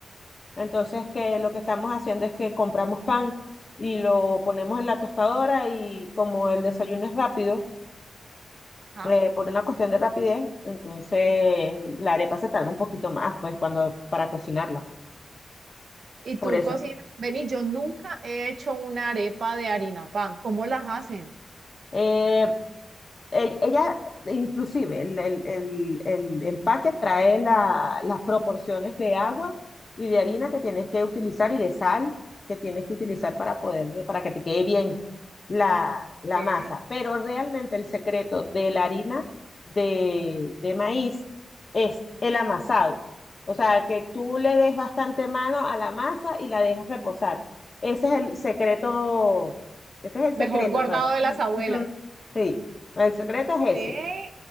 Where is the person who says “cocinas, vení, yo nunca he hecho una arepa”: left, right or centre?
Right